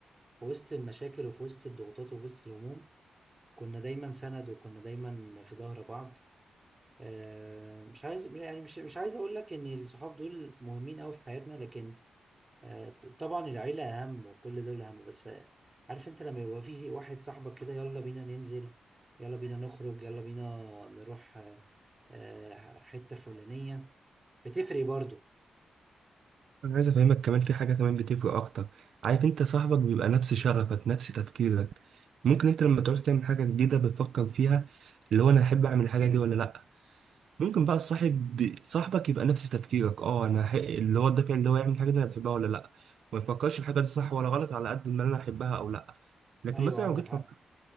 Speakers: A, on the right; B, on the right.
A: في وسط المشاكل وفي وسط الضغوطات وفي وسط الهموم كنا دايما سند وكنا دايما في ظهر بعض آه، مش عايز يعني مش مش عايز اقول لك ان الصحاب دول مهمين قوي في حياتنا لكن آه، طبعا العيلة أهم وكل دول أهم بس آه، عارف أنت لما يبقى فيه واحد صاحبك كده يلا بينا ننزل يلا بينا نخرج يلا بينا نروح آه، آه، حتة فلانية بتفرق برضو
B: انا عايز افهمك كمان في حاجة كمان بتفرق اكتر عارف انت صاحبك بيبقى نفس شغفك نفس تفكيرك ممكن انت لما تعوز تعمل حاجة جديدة بتفكر فيها اللي هو انا احب اعمل الحاجة دي ولا لا ممكن بقى الصاحب صاحبك يبقى نفس تفكيرك اه انا ح- اللي هو الدافع اللي هو يعمل الحاجة دي انا بحبها ولا لا ما يفكرش الحاجة دي صح ولا غلط على قد ما انا احبها او لا لكن
A: أيوة
B: مثلا
A: عندك
B: لو جيت
A: حق
B: فكرت